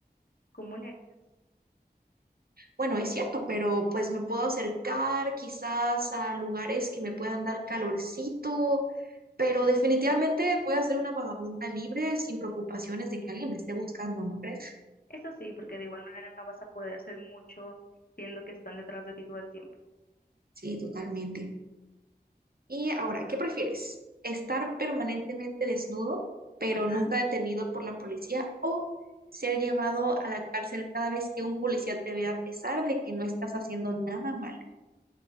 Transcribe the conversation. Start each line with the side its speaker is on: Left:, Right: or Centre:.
Left: ¿Cómo le harías?
Right: Bueno, es cierto, pero pues me puedo acercar quizás a lugares que me puedan dar calorcito, pero definitivamente voy a ser una vagabunda libre sin preocupaciones de que alguien me esté buscando, ¿no crees?
Left: Eso sí, porque de igual manera no vas a poder hacer mucho siendo que están detrás de ti todo el tiempo.
Right: Sí, totalmente. Y ahora, ¿qué prefieres? ¿Estar permanentemente desnudo, pero
Left: Ajá.
Right: nunca detenido por la policía, o ser llevado a la cárcel cada vez que un policía te vea a pesar de que no estás haciendo nada malo?